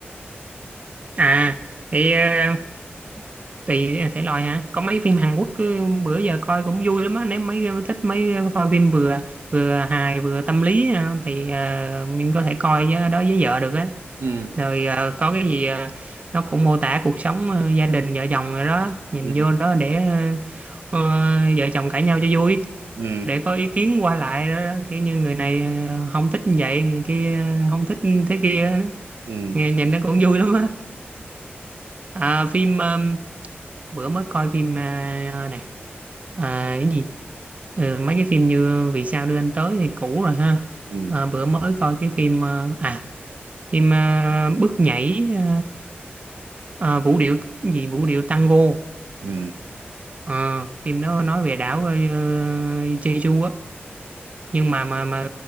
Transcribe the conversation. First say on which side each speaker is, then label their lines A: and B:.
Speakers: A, on the right; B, on the right.
A: à thì ờ, tùy à, thể loại hả có mấy phim Hàn Quốc cứ bữa giờ coi cũng vui lắm á nếu mấy ờ, thích mấy ờ, coi phim vừa vừa hài vừa tâm lý ờ, thì ờ, mình có thể coi với, đó với vợ được á
B: ừ.
A: rồi ờ, có cái gì ờ, nó cũng mô tả cuộc sống ờ, gia đình vợ chồng rồi đó nhìn
B: Ừ.
A: vô đó để ờ, ờ, vợ chồng cãi nhau cho vui
B: Ừ.
A: để có ý kiến qua lại đó, đó. kiểu như người này ờ, không thích như vậy người kia ờ, không thích thế kia đó.
B: Ừ.
A: nghe nhìn nó cũng vui lắm á à, phim ờ, bữa mới coi phim ờ, ờ, này à, cái gì Ờ, mấy cái phim như vì sao đưa anh tới thì cũ rồi ha
B: Ừ.
A: Ờ, bữa mới coi cái phim ờ, à phim ờ, bước nhảy ờ, Ờ, vũ điệu gì vũ điệu tango
B: Ừ.
A: Ờ, phim đó nói về đảo ờ, Jeju á nhưng mà mà mà